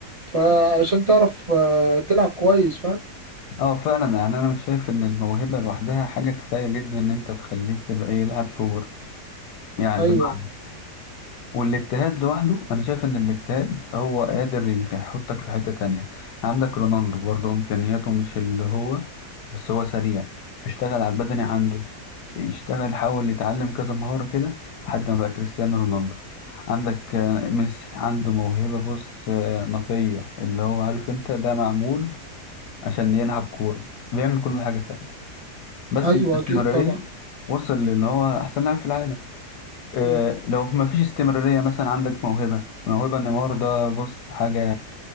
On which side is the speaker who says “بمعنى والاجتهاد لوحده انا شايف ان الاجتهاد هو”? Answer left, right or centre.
Left